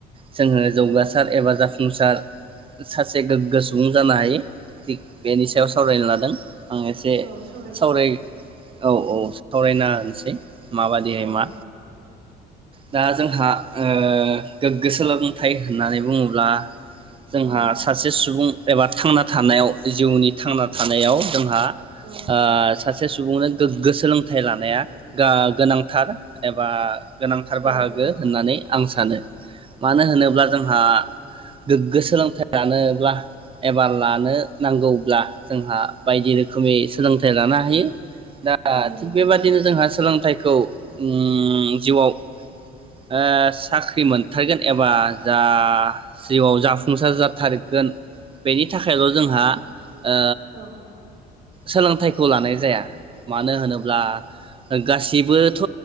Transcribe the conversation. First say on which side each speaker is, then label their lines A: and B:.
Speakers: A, on the right (about 30°); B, on the right (about 75°).
A: जोङो जौगासार
B: औ
A: एबा जाफुं सार सासे गोग्गो सुबुं जानो हायो । थिग बेनि
B: औ
A: सायाव सावरायनो लादों आं एसे
B: औ सावरायजागोन
A: सावराय औ औ सावरायना होनोसै । माबादिहाय
B: औ
A: मा दा जोंहा ओ गोग्गो सोलोंथाइ होननानै बुङोब्ला जोंहा
B: औ
A: सासे सुबुं एबा थांना थानायाव जिउनि थांना थानायाव जोंहा
B: औ
A: ओ सासे सुबुंनो गोग्गो सोलोंथाइ लानाया गा गोनांथार एबा गोनांथार बाहागो
B: औ
A: होननानै आं सानो । मानो होनोब्ला जोंहा गोग्गो सोलोंथाइ जानोब्ला एबा लानो नांगौ ब्ला जोंहा बायदि रोखोमै सोलों थाय लानो हायो । दा
B: उम
A: थिग बेबादिनो जोंहा सोलोंथाइ थाइखौ उम जिउआव ओ साख्रि मोन मोनथारगोन एबा जा जिउआव जाफुंसार जाथारगोन बेनि थाखायल' जोंहा
B: औ
A: ओ
B: औ
A: सोलोंथाइखौ लानाय जाया मानो होनोब्ला ओ गासै बोथ